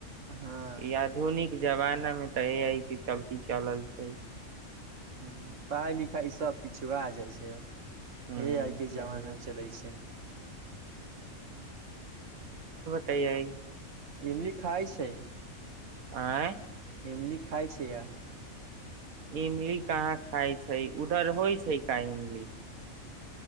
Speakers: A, on the right (about 60°); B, on the right (about 80°).
A: हँ
B: इ आधुनिक जमाना में तऽ य के चलती चलल छै
A: ह पढ़ाइ लिखाइ सब पिछुा जाइ छै अब
B: ह
A: ए आइके
B: चलियै
A: जमाना चलै छै
B: तइ
A: एमल खाय छै
B: आऑँय
A: एमली खाइ छै यार
B: इमली कहाँ खााय छै उधर होइ छै का इमली